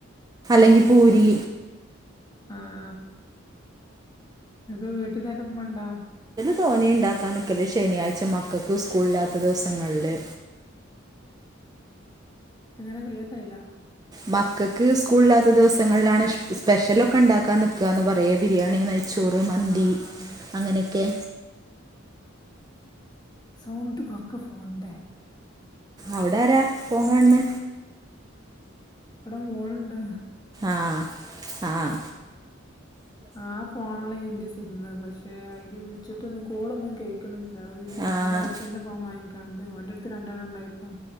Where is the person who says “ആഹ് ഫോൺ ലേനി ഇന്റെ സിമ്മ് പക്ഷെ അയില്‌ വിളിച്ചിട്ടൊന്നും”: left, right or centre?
Left